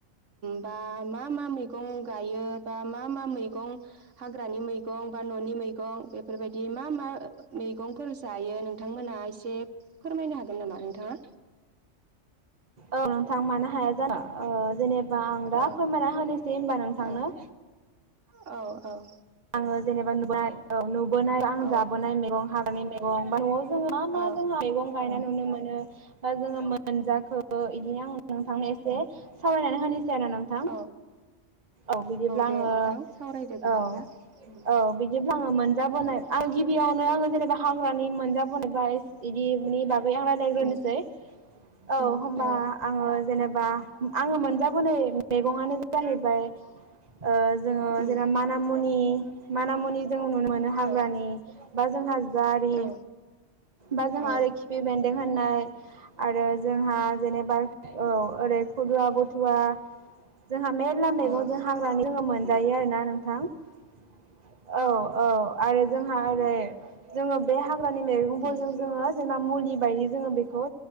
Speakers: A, on the right; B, on the right.
A: बा मा मा मैगं गायो बा मा मा मैगं हाग्रानि मैगं बा न'नि मैगं बेफोरबायदि मा मा ओ मै गंफोर जायो नोंथांमोना एसे फोरमायनो हागोन नामा नोंथाङा
B: औ नोंथां मानो हाया जानो ओ जेने बा आं
A: ओ
B: दा फोरमायना होनोसै होनबा नोंथांनो
A: ओ औ औ
B: आंङो जेनेबा नुनाय औ नुबोनाय आं
A: औ
B: जाबोनाय मेगं हाग्रानि मेगं न'आव जोंङो मा मा
A: औ
B: जोंहा मैगं गायनाय नुनो मोनो बा जोङो मोनजा ओ इदिनो आं नोंथांनो एसे सावरायनानै होनिस सैयाना नोंथां
A: औ
B: औ बिदिब्ला
A: दे
B: आङो
A: नोंथां सावरायदो बिदिब्ला
B: औ
A: उम
B: औ बिदिब्ला आङो मोनजाबोनाय
A: उम
B: आं गिबियावनो आङो जेनेबा हाग्रानि मोनजाबोनो इदिनि बा गै आं राइलायग्रोनोसै
A: उम
B: औ
A: उम
B: होनबा
A: औ
B: आङो जेनेबा आङो मोनजाबोनाय मैगंआनो जाहैबाय ओ जोंङो
A: उम
B: जेना मानामुनि मानामुनि जों नुनो मोनो हाग्रानि
A: औ
B: बा जोंहा जारि
A: औ
B: बा जोंहा
A: औ
B: ओरै खिफि बेनदों होननाय आरो जोंहा जेनेबा औ ओरै खुदुवा बथुवा जोंहा मेरला मेगं
A: ओ औ
B: जों हाग्रानि जोंङो मोनजायो आरोना नोंथां। औ औ आरो
A: औ
B: जोंहा ओरै जोङो बे हाग्रानि मेगंफोरजों
A: उम
B: जोङो जेना मुलि जायो जोंङो बेखौ